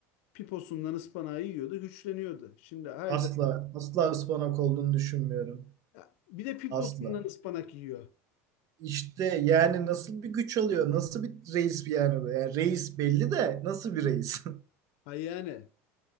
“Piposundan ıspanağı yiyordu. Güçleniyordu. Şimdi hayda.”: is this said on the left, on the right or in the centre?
Left